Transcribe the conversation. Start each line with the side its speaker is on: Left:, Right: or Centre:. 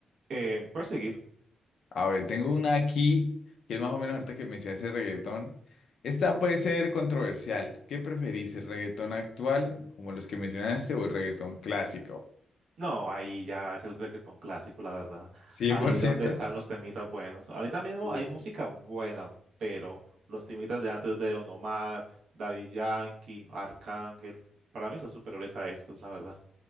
Right: Eh, puedes seguir.
Left: A ver, tengo una aquí que es más o menos ahorita que me decía ese reggaetón. Esta puede ser controversial. ¿Qué preferís, el reggaetón actual, como los que mencionaste, o el reggaetón clásico?
Right: No, ahí ya es el reggaetón clásico, la verdad.
Left: ¿100%?
Right: Ahí es donde están los temitas buenos. Ahorita mismo
Left: Uy.
Right: hay música buena, pero los temitas de antes de Don Omar, Daddy Yankee, Arcángel, para mí son superiores a estos, la verdad.